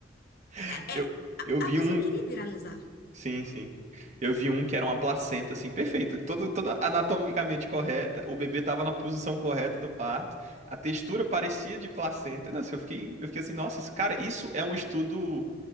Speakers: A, on the right (about 40°); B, on the left (about 55°).
A: <laughs>
B: É,
A: Eu,
B: é,
A: eu vi
B: a pessoa
A: um,
B: queria viralizar.
A: Sim, sim. Eu vi um que era uma placenta, assim, perfeita. Todo, toda anatomicamente correta. O bebê tava na posição correta do parto. A textura parecia de placenta. Nossa, eu fiquei, eu fiquei assim, nossa, isso, cara, isso é um estudo.